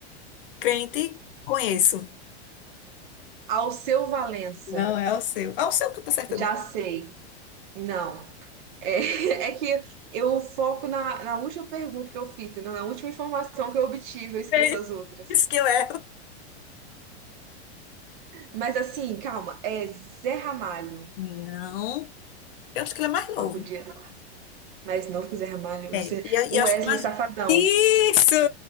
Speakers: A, on the left; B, on the right.
A: crente, conheço.
B: Alceu Valença.
A: Não, é o seu. É o seu que tá certo dele.
B: Já sei. Não. É, <laughs> é que eu foco na, na última pergunta que eu fiz, entendeu? Na última informação que eu obtive, eu esqueço
A: É <laughs>
B: as outras.
A: isso que eu erro.
B: Mas assim, calma. É Zé Ramalho.
A: Não. Eu acho que ele é mais novo.
B: Mas podia. Mais novo que Zé Ramalho. Você...
A: É, e, eu- e
B: Wesley
A: eu acho que mais.
B: Safadão.
A: Isso!